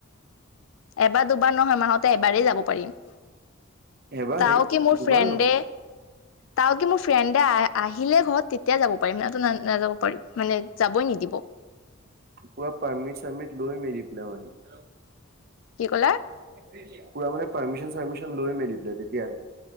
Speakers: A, on the left; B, on the right.
A: এবাৰ দুবাৰ নহয় মাহতে এবাৰেই যাব পাৰিম।
B: এবাৰে
A: তাও কি মোৰ
B: দুবাৰ
A: ফ্ৰেণ্ডে
B: নহয় <inaudible>
A: তা কি মোৰ ফ্ৰেণ্ডে আহ আহিলে ঘৰত তেতিয়া যাব পাৰিম এনেতো না নাযাব পাৰিম মানে যাবই নিদিব।
B: পুৰা পাৰমিট চাৰমিট লৈ মেলি পেলাই মানে।
A: কি ক'লা।
B: পুৰা মানে পাৰমিশন চাৰমিশন লৈ মেলি পেলাই তেতিয়া হে।